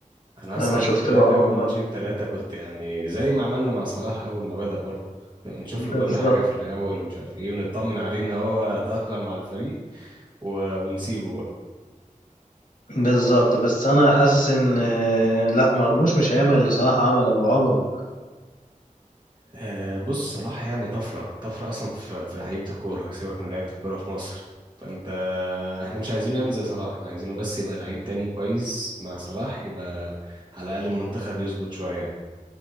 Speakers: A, on the right (about 35°); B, on the left (about 70°).
A: انا
B: انا
A: اصلا
B: شفت
A: تابعت
B: له اول
A: اول ماتشين
B: ماتش
A: ثلاثه كنت يعني زي ما عملنا مع صلاح اول ما بدأ برضه نشوف
B: بالظبط
A: له كل حاجه في الاول ومش عارف ايه ونطمن عليه ان هو تأقلم مع الفريق و- ونسيبه
B: بالظبط بس انا حاسس ان آه، لا مرموش مش هيعمل اللي صلاح عمله عمره
A: آه، بص صلاح يعني طفرة طفرة أصلا في في لعيبة الكورة سيبك من لعيبة الكورة في مصر فأنت آه، إحنا مش عايزينه يعمل زي صلاح إحنا عايزينه بس يبقى لعيب تاني كويس مع صلاح يبقى على الأقل المنتخب يظبط شوية